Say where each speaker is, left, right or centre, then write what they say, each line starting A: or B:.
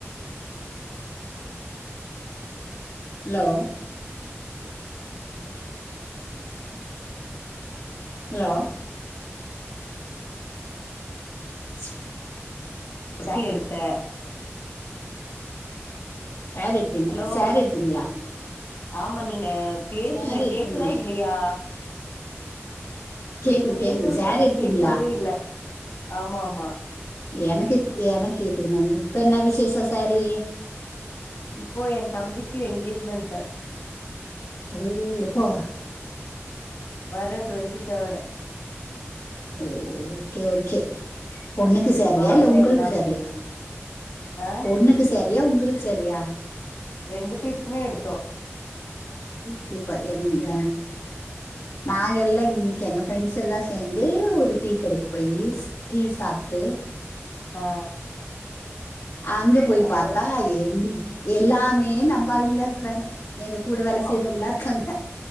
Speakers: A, on the left; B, on the left.
A: லோ ஹலோ ஸ்
B: சட்டி எடுத்தே
A: சேரி எடுத்தீங
B: ஹலோ
A: சேரி எடுத்தீங்களா
B: ஆமா நீங்க பேசுங்க
A: சேரி எடுத்தீங்களா
B: கேக்குதா இல்லியா நீங்க
A: கேக்குது
B: பேசுறது
A: கேக்குது சேரி
B: எனக்கு
A: எடுத்தீங்களா
B: கேக்குறதே இல்ல ஆமா ஆமா
A: எனக்கு எனக் கேக்குது மேம் இப்ப என்ன விசேஷ சேரீ
B: இப்போ எ தம்பிக்கு எங்கேஜ்மெண்ட்டு
A: ஓ எப்போ
B: வர டுவெண்ட்டி தேர்ட்
A: ஓக்கே ஓக்கே பொண்ணுக்கு சாரியா
B: வாங்க
A: இல்ல உங்களுக்கு
B: எல்லாமே
A: சாரியா
B: ஆ
A: பொண்ணுக்கு சாரியா உங்களுக்கு சாரியா
B: ரெண்டு பேத்துக்குமே எடுத்தோ
A: சூப்பர் எங்க நாங்க எல்லா இன்னக்கி எங்க ஃபிரெண்ட்ஸ் எல்லாம் சேந்து ஒரு டீ கடக் போயி டீ சாப்ட்டு
B: ஆ
A: அங்க போய்
B: அப்புறம்
A: பாத்தா எங் எல்லாமே நம்பளுங்களா இருக்றாங்கா எங்க கூட வேல
B: ஓ
A: செய்தவங்களா
B: அப்படி
A: இருக்காங்க